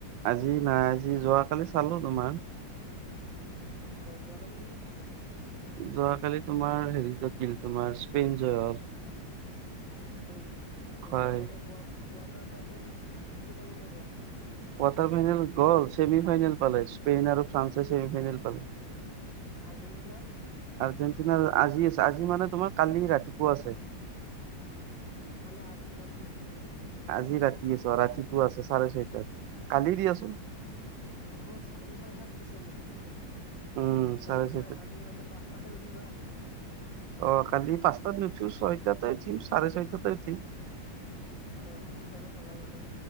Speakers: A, on the right (about 70°); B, on the left (about 60°).
A: আজি নাই আজি যোৱাকালি চালো তোমাৰ।
B: অঁ! যোৱাকালি কোনে জিকিলে এনেই?
A: যোৱাকালি তোমাৰ হেৰি জিকিল তোমাৰ স্পেইন জয় হ'ল।
B: মোং
A: হয়
B: এতিয়া মানে কোৱা-কোৱাৰ্টাৰ ফাইনেল কোনে-কোনে গ'ল?
A: কোৱাৰ্টাৰ ফাইনেল গ'ল, ছেমি ফাইনেল পালে স্পেইন আৰু ফ্ৰান্সে ছেমি ফাইনেল পালে।
B: আৰ্জেণ্টিনা?
A: আৰ্জেণ্টিনাৰ আজি আছে আজি মানে তোমাৰ কালি ৰাতিপুৱা আছে।
B: মানে আজি ৰাতি।
A: আজি ৰাতি আছোঁ ৰাতিপুৱা আছে চাৰে ছয়টাত কালি দি আছোঁ।
B: অ‌ঁ! চাৰে ছয়টাত দিছে নেকি?
A: উম চাৰে
B: কালি
A: ছয়টাত।
B: মা কালি মানে পাঁচটাতে উঠিবা।
A: অঁ! কালি পাঁচটাত নুঠো, ছয়টাতে উঠিম চাৰে ছয়টাতে উঠিম।
B: অঁ! খেল চাবা মানে?